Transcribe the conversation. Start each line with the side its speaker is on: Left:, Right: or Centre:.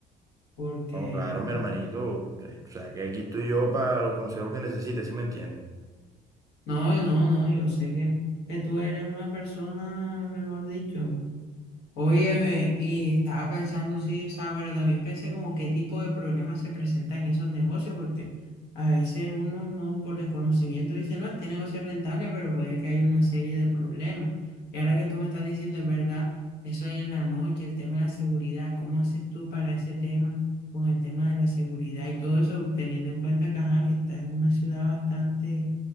Left: porque,
Right: No, claro, mi hermanito, o sea, que aquí estoy yo para los consejos que necesites, ¿sí me entiendes?
Left: no, no, no, yo sé que, que tú eres una persona, mejor dicho. Óyeme, y estaba pensando, sí, o sea, pero también pensé como qué tipo de problemas se presentan en esos negocios, porque a veces uno no por desconocimiento dice, no, este negocio es rentable, pero puede que haya una serie de problemas. Y ahora que tú me estás diciendo, es verdad, eso ahí en la noche, el tema de la seguridad, ¿cómo haces tú para ese tema con el tema de la seguridad y todo eso, teniendo en cuenta que, ajá, que está en una ciudad bastante